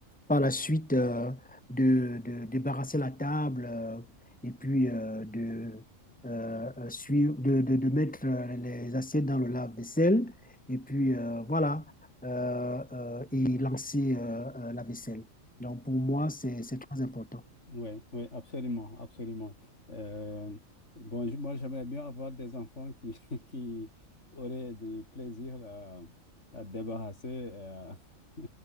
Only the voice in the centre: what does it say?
par la suite, euh, de, de débarrasser la table euh, et puis euh, de, euh, euh, suivre, de, de, de mettre euh, les assiettes dans le lave-vaisselle et puis euh, voilà, euh, euh, et lancer euh, euh, la vaisselle. Donc pour moi, c'est, c'est très important.